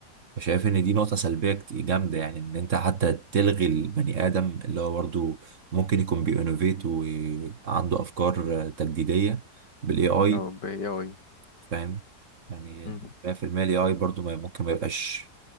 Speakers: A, on the right; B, on the left.
A: فشايف ان دي نقطة سلبية كت- جامدة يعني ان انت حتى تلغي البني ادم اللي هو برضو ممكن يكون بينوفيت وعنده افكار تجديدية بالاي اي
B: اه ب AI
A: فاهم يعني
B: مم.
A: 100% الاي اي برضو ما ممكن ما يبقاش